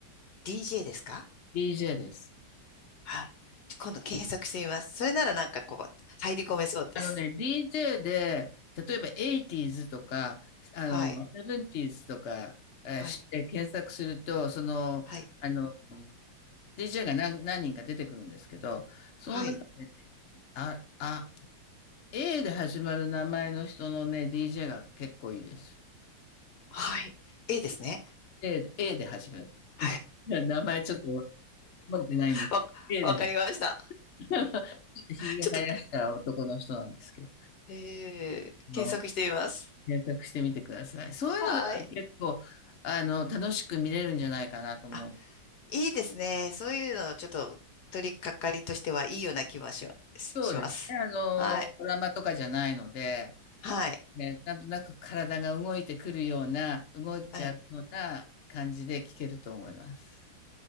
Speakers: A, on the left (about 65°); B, on the left (about 45°).
A: DJ ですか
B: DJ です。
A: はい。今度検索してみます。それならなんかこう、入り込めそうです。
B: あのね、DJ で、例えば 80s とか、あの、
A: はい。
B: 70s とか、えーして検索すると、
A: はい。
B: その、
A: はい。
B: あの、DJ が何、何人か出てくるんですけど、その中でね、
A: はい。
B: あ、あ、A で始まる名前の人のね、DJ が結構いいです。
A: はい。A ですね。
B: A で、A で始まる。
A: はい。
B: いや、名前ちょっと覚えてないんです。
A: わ、
B: A
A: わかりました。
B: で <laughs> ちょっとひげ生やした男の人なんですけど、
A: ちょっと、えー、
B: あの、
A: 検索してみます。
B: 検索してみてください。そういうのだと結構、
A: はい。
B: あの、楽しく見れるんじゃないかなと思う。
A: あ、いいですね。そういうの、ちょっと、取り掛かりとしてはいいような気はします。
B: そうですね。
A: します。
B: あの、
A: はい。
B: ドラマとかじゃないので、
A: はい。
B: ね、なんとなく体が動いてくるような、動いちゃうような感じで聞けると思います。
A: うん。